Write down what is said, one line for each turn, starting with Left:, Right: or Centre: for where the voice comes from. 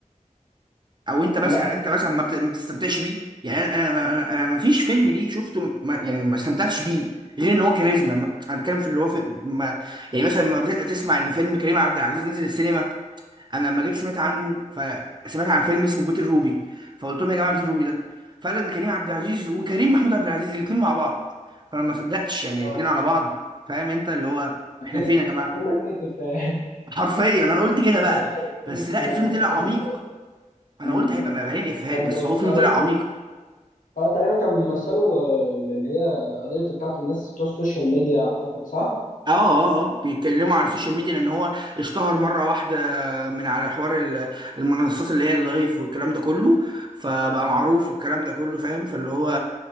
Right: او انت مثلا
Left: لا
Right: انت مثلا ما بت- ما بتستمتعش بيه يعني انا انا انا, أنا ما فيش فيلم ليه شفته ما يعني ما استمتعتش بيه غير ان هو كاريزما ما- انا بتكلم في اللي هو في ما يعني مثلا لما بت- تسمع ان فيلم كريم عبد العزيز نزل السينما انا لما جيت سمعت عنه فسمعت عن فيلم اسمه بيت الروبي فقلت لهم يا جماعه بيت الروبي ده فقال لك ده كريم عبد العزيز وكريم محمود عبد العزيز الاثنين مع بعض فانا ما صدقتش يعني
Left: آه،
Right: الاثنين على بعض فاهم انت اللي هو
Left: ماكينة
Right: احنا فين يا جماعه
Left: حرفيا ماكينة إفيهات
Right: حرفيا انا قلت كده بقى
Left: <laughs>
Right: بس لا
Left: ما
Right: الفيلم
Left: ما
Right: طلع
Left: كانت
Right: عميق انا
Left: أمم.
Right: قلت هيبقى مليان افيهات
Left: كان
Right: بس
Left: بيوصلوا
Right: هو فيلم طلع عميق
Left: اه تقريبا كان بيمثلوا آه، اللي هي قضية بتاعت الناس بتوع السوشيال ميديا أعتقد صح؟
Right: اه اه اه بيتكلموا على السوشيال ميديا لان هو اشتهر مره واحده من على حوار ال- المنصات اللي هي اللايف والكلام ده كله فبقى
Left: م-
Right: معروف والكلام ده كله فاهم فاللي هو